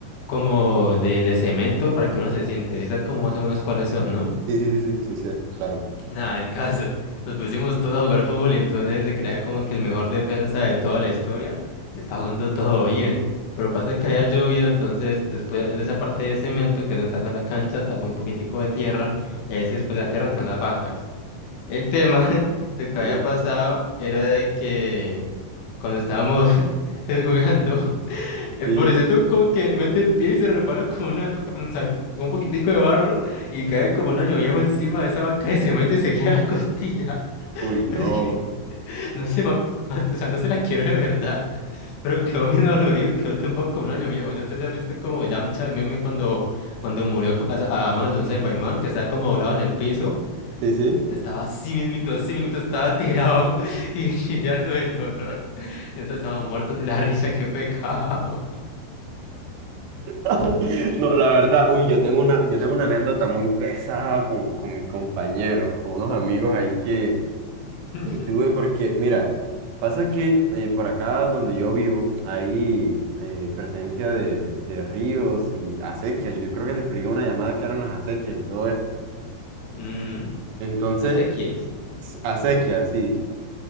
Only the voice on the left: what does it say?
como de, de cemento para que uno se siente, si sabes como más o menos cuáles son, ¿no?
Nada, el caso. Nos pusimos todos a jugar fútbol y entonces se creía como que el mejor defensa de toda la historia estaba jugando todo bien. Pero pasa que había llovido, entonces después de esa parte de cemento que es donde está toda la cancha, está con un poquitico de tierra y ahí sí, después de la tierra están las bancas. El tema, <laughs> lo que había
pasado era de que cuando estábamos <laughs> jugando eh,
pobrecito como que mete el pie y se resbala con una, con, sacó un poquitico de barro y cae como un año viejo encima de esa banca de cemento y se queda la costilla. <laughs>
Pero es que no se ma- o sea, no se la quiebra de verdad, pero quedó bien dolorido y quedó tumbado como un año viejo. Yo no sé si has visto como Yamcha, el meme, cuando, cuando murió cu- a, a manos de un Saiyaman, que estaba como doblado en el piso,
estaba así mismito, así mismito, estaba tirado <laughs> y chillando del dolor. Y nosotros estábamos muertos de la risa, qué pecado.
<laughs>
Ujú.
Acequias.